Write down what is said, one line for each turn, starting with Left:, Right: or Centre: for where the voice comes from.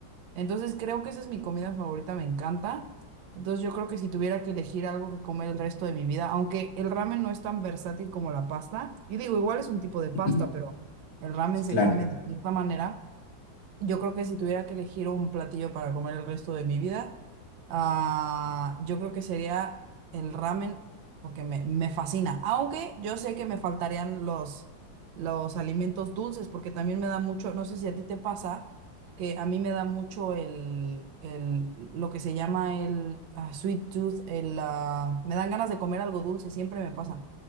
Right: Entonces creo que esa es mi comida favorita, me encanta. Entonces yo creo que si tuviera que elegir algo que comer el resto de mi vida, aunque el ramen no es tan versátil como la pasta, y digo, igual es un tipo de pasta,
Left: Mm.
Right: pero el ramen
Left: Sí,
Right: se
Left: claro.
Right: come de cierta manera. Yo creo que si tuviera que elegir un platillo para comer el resto de mi vida, ah, yo creo que sería el ramen, porque me, me fascina. Aunque yo sé que me faltarían los, los alimentos dulces, porque también me da mucho, no sé si a ti te pasa, que a mí me da mucho el, el lo que se llama el ah, sweet tooth, el, ah, me dan ganas de comer algo dulce, siempre me pasa.